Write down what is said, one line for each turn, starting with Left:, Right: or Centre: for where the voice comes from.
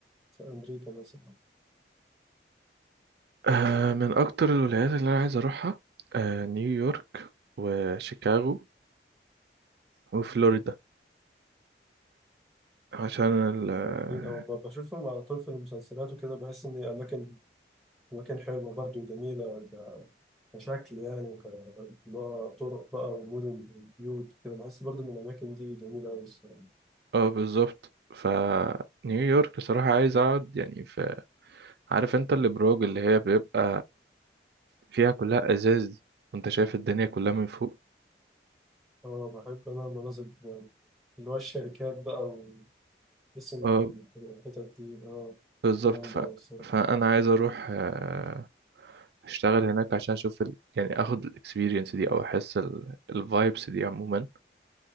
Centre: في امريكا مثلا
Right: آه، من اكتر الولايات اللي انا عايز اروحها آه، نيويورك وشيكاغو وفلوريدا عشان ال اه
Centre: جامدين أوي ب- بشوفهم على طول في المسلسلات وكده بحس إن أماكن أماكن حلوة برضه جميلة ك- كشكل يعني وك اللي هو طرق بقى والمدن والبيوت وكده بحس برضه إن الأماكن دي جميلة أوي الصراحة
Right: آه، بالظبط فنيويورك بصراحة عايز اقعد يعني في عارف انت الابراج اللي هي بيبقى فيها كلها ازاز دي وانت شايف الدنيا كلها من فوق
Centre: أه بحب أنا المناظر دي أوي. اللي هو الشركات بقى واسم
Right: اه
Centre: الحتت دي أه
Right: بالظبط
Centre: جامدة
Right: ف...
Centre: أوي الصراحة
Right: فانا عايز اروح آه، اشتغل هناك عشان اشوف ال... يعني اخد الاكسبيرينس دي او احس الفايبس دي عموما